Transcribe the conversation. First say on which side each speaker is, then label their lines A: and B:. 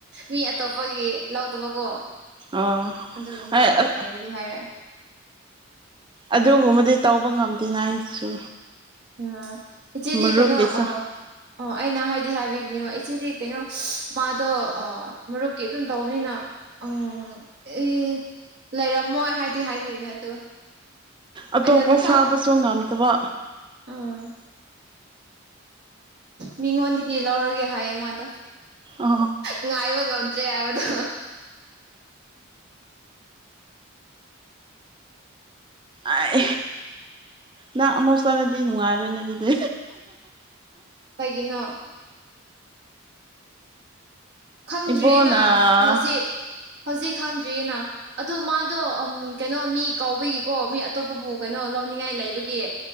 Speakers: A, on the right (about 55°); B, on the right (about 25°).
A: ꯃꯤ ꯑꯇꯣꯞꯄꯒꯤ ꯂꯧꯗꯕꯀꯣ
B: ꯑꯣ
A: ꯑꯗꯨꯒꯨꯝꯕ ꯂꯩꯔꯗꯤ ꯍꯥꯏꯌꯦ
B: ꯑꯗꯨꯕꯨ ꯗꯤ ꯇꯧꯕ ꯉꯝꯗꯦꯉꯥꯏ ꯑꯩꯁꯨ
A: ꯉ ꯏꯆꯦꯗꯤ
B: ꯃꯔꯨꯞꯀꯤꯁꯨ
A: ꯀꯩꯅꯣ ꯑ ꯑ ꯑꯩꯅ ꯍꯥꯏꯗꯤ ꯍꯥꯏꯕꯤ ꯑꯗꯨꯅꯦꯕ ꯏꯆꯦꯗꯤ ꯀꯩꯅꯣ ꯃꯥꯗꯣ ꯑ ꯃꯔꯨꯞꯀꯤ ꯑꯗꯨꯝ ꯇꯧꯕꯅꯤꯅ ꯑꯧ ꯑꯩ ꯂꯩꯔꯝꯃꯣꯏ ꯍꯥꯏꯗꯤ ꯍꯥꯏꯈꯤꯕꯅꯦ ꯑꯗꯣ
B: ꯑꯇꯣꯞꯄ
A: ꯑꯩꯅ ꯃꯊꯪ
B: ꯁꯥꯕꯁꯨ ꯉꯝꯗꯕ
A: ꯎꯝ ꯃꯤꯉꯣꯟꯗꯒꯤ ꯂꯧꯔꯒꯦ ꯍꯥꯏꯌꯦ ꯃꯥꯗꯣ
B: ꯑꯣ
A: ꯉꯥꯏꯕ ꯉꯝ ꯗ꯭ꯔꯦ ꯍꯥꯏꯕꯗꯣ
B: ꯑꯥꯏ ꯅꯪ ꯑꯃꯨꯛ ꯆꯠꯂꯗꯤ ꯅꯨꯡꯉꯥꯏꯔꯣꯏꯅꯦ ꯑꯗꯨꯗꯤ
A: ꯀꯩꯒꯤꯅꯣ ꯈꯪꯗ꯭ꯔꯤꯅꯥ
B: ꯏꯕꯣꯅ ꯑꯥ
A: ꯍꯧꯖꯤꯛ ꯍꯧꯖꯤꯛ ꯈꯪꯗ꯭ꯔꯤꯅꯥ ꯑꯗꯣ ꯃꯥꯗꯣ ꯎꯝ ꯀꯩꯅꯣ ꯃꯤ ꯀꯥꯎꯕꯒꯤꯀꯣ ꯃꯤ ꯑꯇꯣꯞꯄꯕꯨ ꯀꯩꯅꯣ ꯂꯧꯅꯤꯡꯉꯥꯏ ꯂꯩꯕꯒꯤ